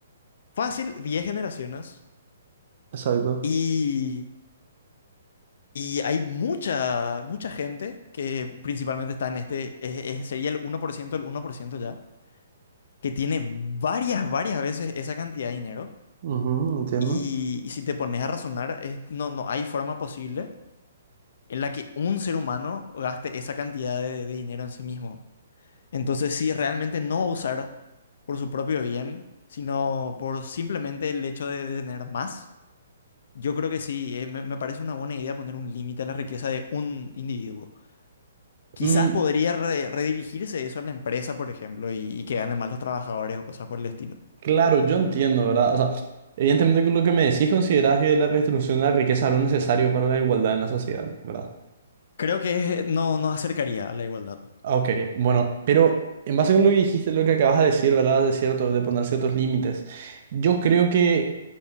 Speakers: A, on the left; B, on the right.
A: fácil 10 generaciones.
B: exacto.
A: Y Y hay mucha, mucha gente que principalmente está en este, es- es- sería el uno por ciento el uno por ciento ya, que tiene varias, varias veces esa cantidad de dinero.
B: Ujú, entiendo.
A: Y, y si te pones a razonar, es- no, no hay forma posible en la que un ser humano gaste esa cantidad de, de dinero en sí mismo. Entonces, si realmente no va a usar por su propio bien, sino por simplemente el hecho de, de tener más, yo creo que sí, eh, me me parece una buena idea poner un límite a la riqueza de un individuo. Quizás
B: Mm,
A: podría re- redirigirse eso a la empresa, por ejemplo, y, y que ganen más los trabajadores o cosas por el estilo.
B: claro, yo entiendo, ¿verdad? O sea, evidentemente con lo que me decís considerás que la redistribución de la riqueza es lo necesario para la igualdad en la sociedad, ¿verdad?
A: Creo que no nos acercaría a la igualdad.
B: Ah, Ok, bueno, pero en base con lo que dijiste, lo que acabas de decir, ¿verdad? De cierto, de poner ciertos límites. Yo creo que